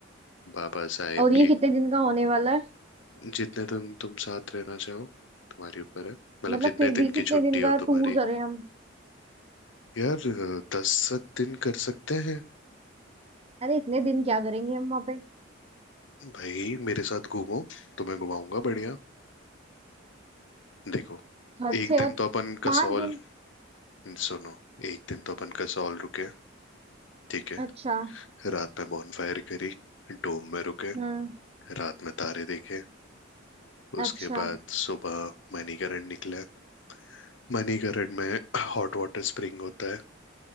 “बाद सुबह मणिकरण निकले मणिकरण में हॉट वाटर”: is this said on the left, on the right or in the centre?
Left